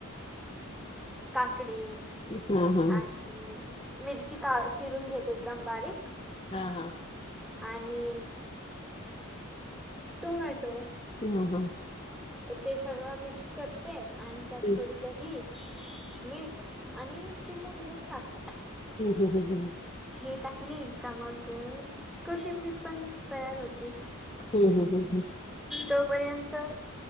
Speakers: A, in the centre; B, on the left (about 25°).
A: काकडी
B: हा हा
A: आणि मिरची का चिरून घेते एकदम बारीक
B: हा हा.
A: आणि टोमॅटो
B: हा हा.
A: ते सगळं मिक्स करते आणि त्यात
B: हम्म,
A: थोडी दही मीठ आणि चिमुूड घर साखर
B: हम हम हममम
A: हे टाकली का मग कोशिंबीर पण तयार होती
B: हम्म हम्म हम्म हम्म
A: त पर्यंत